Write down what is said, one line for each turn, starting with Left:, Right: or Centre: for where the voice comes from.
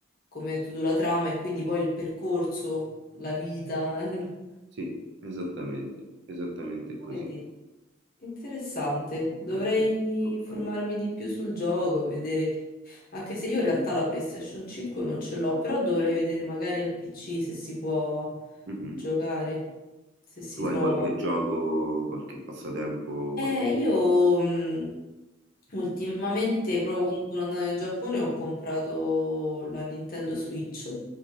Left: come hai detto tu, la trama e quindi poi il percorso, la vita. <laughs>
Right: Sì, esattamente, esattamente
Left: Ah,
Right: così.
Left: Vedi, interessante. Dovrei
Right: Eh, molto
Left: informarmi
Right: bello.
Left: di più sul gioco, vedere. Anche se io in realtà la PlayStation 5 non ce l'ho, però dovrei vedere magari al PC se si può
Right: Mhm.
Left: giocare, se si
Right: Tu
Left: trova.
Right: hai qualche gioco, qualche passatempo? qualche-
Left: Eh, io mh, ultimamente, proprio quando sono andata in Giappone, ho comprato la Nintendo Switch